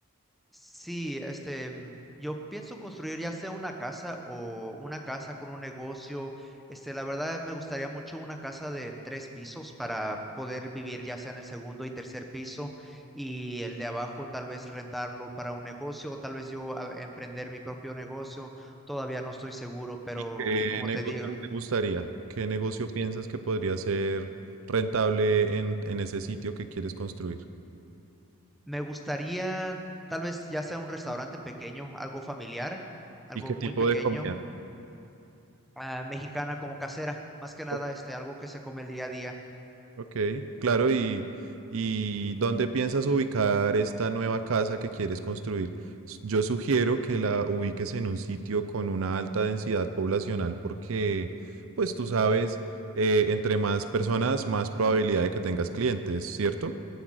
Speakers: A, in the centre; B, on the right.
A: Sí, este, mm, yo pienso construir ya sea una casa o una casa con un negocio. Este, la verdad me gustaría mucho una casa de tres pisos para poder vivir ya sea en el segundo y tercer piso y el de abajo tal vez rentarlo para un negocio o tal vez yo a- emprender mi propio negocio. Todavía no estoy seguro, pero
B: ¿Qué
A: como
B: negocio
A: te digo,
B: te gustaría? ¿Qué negocio piensas que podría ser rentable en, en ese sitio que quieres construir?
A: me gustaría tal vez ya sea un restaurante pequeño, algo familiar, algo
B: ¿Y qué
A: muy
B: tipo
A: pequeño
B: de comida?
A: ah, mexicana como casera, más que nada
B: O-
A: este, algo que se come el día a día.
B: Ok, claro, y, ¿y dónde piensas ubicar esta nueva casa que quieres construir? S- Yo sugiero que la ubiques en un sitio con una alta densidad poblacional porque, pues tú sabes, eh, entre más personas, más probabilidad de que tengas clientes, ¿cierto?